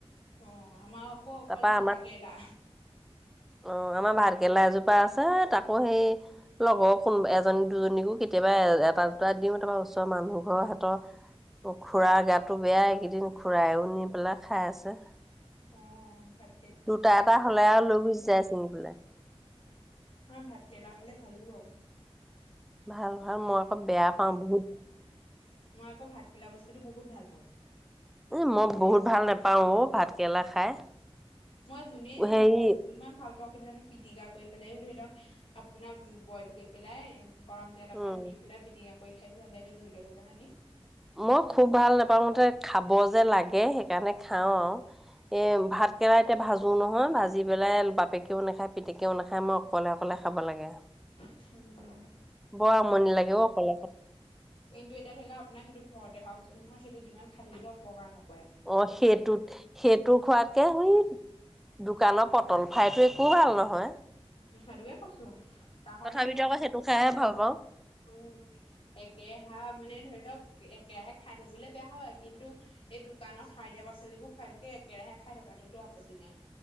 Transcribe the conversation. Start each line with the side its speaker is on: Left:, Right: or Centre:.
Left: অ আমা আক অকল
Centre: তাৰপা
Left: তিতাকেৰেলা
Centre: আমাক অ আমাৰ ভাতকেলা এজোপা আছে তাকো সেই লগৰ কোনোব এজনী দুজনীকো কেতিয়া বা এটা দুটা দিওঁ তাৰপা ওচৰ মানুহ ঘৰৰ সেত অ খুুৰাৰ গাটো বেয়াই এইকেইদিন খুৰাইও নি পেলাই খাই আছে
Left: অ ভাত
Centre: দুটা এটা হলে আ লৈ গুচি যায় ছিঙি পেলাই
Left: হা ভাতকেৰেলা খালে ভালো বাও
Centre: ভাল ভাল মই আকৌ বেয়া পাওঁ বহুত
Left: মই আকৌ ভাতকেলা বস্তুতো বহুত ভাল পাওঁ
Centre: এ মই বহুত ভাল নাপাও অ ভাত কেৰেলা খাই
Left: মই যোনে যি
Centre: হেৰি
Left: নকক ইমান ভাল পাওঁ জানো পিটিকা কৰি পেলাইও ধৰি লওক আপোনাৰ বইল কৰি পেলাই গৰম তেল অকণমান
Centre: উম
Left: দি পেলাই পিটিকা কৰি খায়ো ভাল লাগে জলকীয়া জলকীয়া সানি
Centre: মই খুব ভাল নাপাওতে খাব যে লাগে। সেইকাৰণে খাও আৰু এ ভাত কেৰেলা এতিয়া ভাজো ভাজো নহয় ভাজি পেলাই বাপেকেও নাখায় পিতেকেও নাখায়, মই অকলে অকলে খাব লাগে।
Left: উম।
Centre: বৰ আমনি লাগে অ অকলে অকলে।
Left: কিন্তু এতিয়া ধৰি লওঁক আপোনাৰ সেইটো ঘৰতে হোৱা বস্তু নহয় সেইটো যিমান খাই থাকিলেও অপকাৰ নকৰে।
Centre: অ, সেইটোত - সেইটো খোৱাতকে সেই দোকানৰ পটল ফ্ৰাইটো একো ভাল নহয়।
Left: সেইতুকে কৈছো। খনি
Centre: তথাপিতো আকৌ সেইটো খাইহে ভাল পাওঁ
Left: উম, একেহা মানে ধৰি একেৰাহে খাই থাকিবলৈ বেয়া হয় কিন্তু এই দোকানৰ সাৰ দিয়া পাচলিবোৰ খোৱাতকে একেৰাহে খাই খাই থকাটোতো আপত্তি নাই।